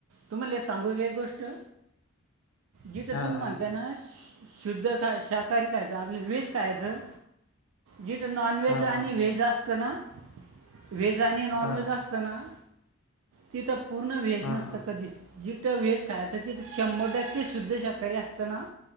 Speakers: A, on the right (about 65°); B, on the left (about 75°).
A: तुम्हाला हे सांगू काय गोष्ट जिथ
B: हा
A: तुम्ही
B: हा
A: म्हणता ना शुद्ध का शाकाहारी खायच आपल्या वेज खायचं. जिथं नॉनव्हेज
B: हा
A: आणि
B: हा
A: व्हेज असतं ना व्हेज आणि नॉनव्हेज
B: हा
A: असत. असताना तिथं पूर्ण वेज
B: हा
A: नसत
B: हा
A: कधीच जिथं वेहेज खायच तिथ शंभर टक्के सुुद्ध शाकाारी असतना.